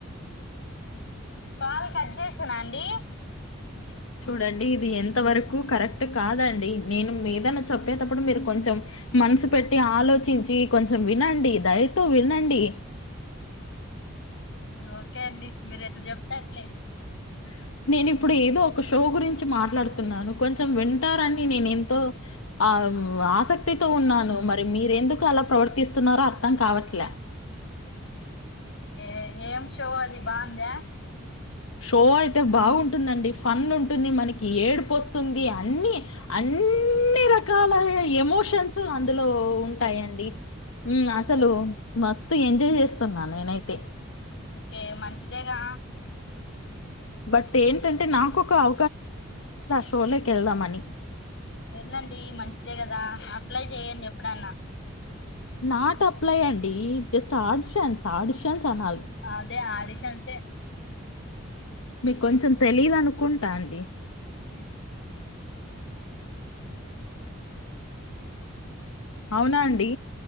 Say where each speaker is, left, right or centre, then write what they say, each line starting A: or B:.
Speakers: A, on the left; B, on the left.
A: కాల్ కట్ చేసెనా అండి
B: ఓకే చూడండి ఇది ఎంత వరకు కరెక్ట్ కాదండి నేను ఏదన్న చెప్పేతప్పుడు మీరు కొంచెం మనసు పెట్టి ఆలోచించి కొంచెం వినండి దయతో వినండి
A: ఓకే అండి మీరు ఎట్లా జేప్తె అట్లే
B: అహ నేను ఇప్పుడు ఏదో ఒక షో గురించి మాట్లాడుతున్నాను కొంచెం వింటారని నేను ఎంతో ఆ ఆశక్తితో ఉన్నాను మరి మీరు ఎందుకు అలా ప్రవర్తిస్తున్నారో అర్థం కావట్లే
A: ఏ ఏం షో అది బావుందా
B: షో అయితే బావుంటుందండి ఫన్ ఉంటుంది మనకి ఏడుపు వస్తుంది అన్ని అన్నీ రకాల ఎమో షన్స్ అందులో ఉంటాయిండి అస్సలు మ స్తు ఎంజాయ్ చేస్తున్నా నేనైతే
A: ఓకే మంచిదేగా
B: బట్ ఏంటంటే నాకు ఒక ఆ షోలోకెళ్దామని.
A: వెళ్ళండి మంచిదే కదా అప్ అప్లై జేయ్యండి ఎప్పుడన్న
B: నాట్ అప్లై అండి జస్ట్ ఆడిషన్స్ ఆడిషన్స్ అనాలి.
A: అదే ఆడిషన్స్ యె
B: మీకు కొంచెం తెలిదు అనుకుంటా అండి
A: మ్మ్
B: అవునా అండి?